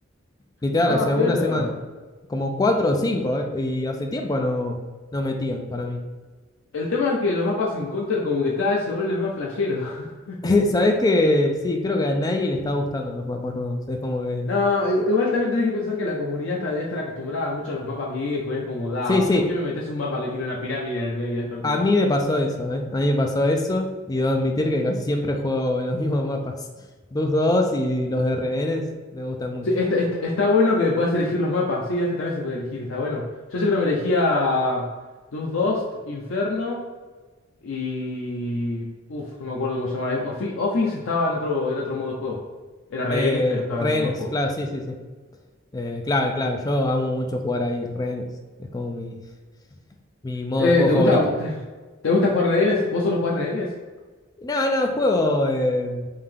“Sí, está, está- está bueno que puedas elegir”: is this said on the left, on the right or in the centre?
Left